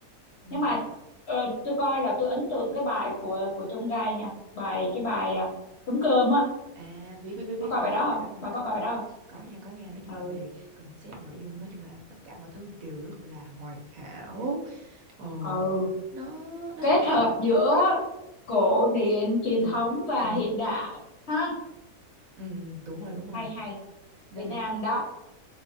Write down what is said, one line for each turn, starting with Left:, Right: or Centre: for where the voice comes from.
Right: Ừ.
Left: nhưng mà ờ, tôi coi là tôi ấn tượng cái bài của của trong gai nha bài cái bài à, trống cơm á
Right: À biết biết biết biết
Left: có coi
Right: Ê,
Left: bài
Right: cái
Left: đó
Right: bài
Left: không
Right: đó là
Left: bà
Right: có
Left: có coi bài đó không
Right: có nhà có nhà nói chung
Left: ừ
Right: là về concept nội dung nói chung là tất cả mọi thứ đều rất là hoàn hảo ồ
Left: ừ
Right: nó nó
Left: kết
Right: rất là
Left: hợp
Right: truyền thống
Left: giữa cổ điển truyền
Right: và
Left: thống và
Right: ừ.
Left: hiện đại ha
Right: Ừ, đúng rồi đúng rồi
Left: hay hay
Right: nên
Left: Việt
Right: là
Left: Nam
Right: kiểu
Left: đó